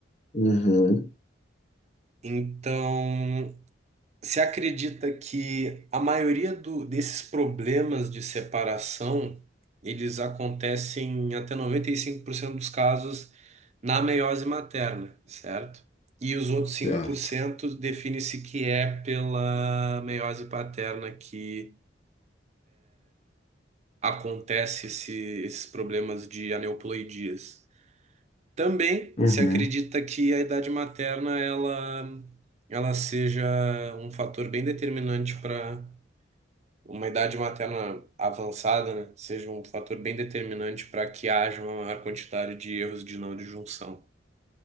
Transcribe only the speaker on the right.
Então, Você acredita que a maioria do- desses problemas de separação, eles acontecem em até 95% dos casos na meiose materna, certo? E os outros cinco
por cento define-se que é pela meiose paterna que acontece esse- esses problemas de aneuploidias. Também
se acredita que a idade materna ela, ela seja um fator bem determinante para uma idade materna avançada, né, seja um fator bem determinante para que haja uma maior quantidade de erros de não disjunção.